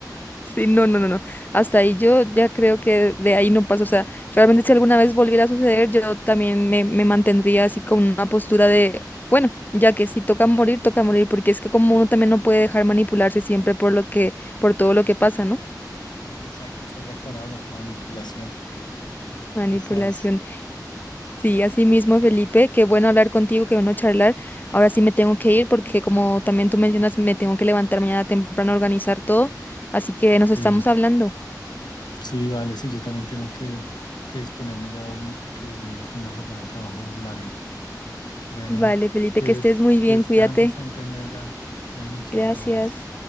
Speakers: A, on the left; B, on the left.
A: sí, no, no, no, no. Hasta ahí yo ya creo que de ahí no pasa. O sea, realmente si alguna vez volviera a suceder, yo también me, me mantendría así con una postura de, bueno, ya que si toca morir, toca morir, porque es que como uno también no puede dejar manipularse siempre por lo que, por
B: Sí,
A: todo lo que pasa, ¿no?
B: Exacto, esa es la palabra, manipulación.
A: Manipulación.
B: Esa es.
A: Sí, así mismo, Felipe, qué bueno hablar contigo, qué bueno charlar. Ahora sí me tengo que ir porque como también tú mencionas, me tengo que levantar mañana temprano a organizar todo, así que nos
B: Sí,
A: estamos hablando.
B: sí, vale, sí, yo también tengo que, que disponerme ya a dormir porque mañana es una jornada de trabajo larga. Bueno,
A: Vale, Felipe,
B: que,
A: que
B: des-
A: estés muy bien,
B: que descanses,
A: cuídate.
B: Antonella. Bueno, chao,
A: Gracias.
B: un abrazo.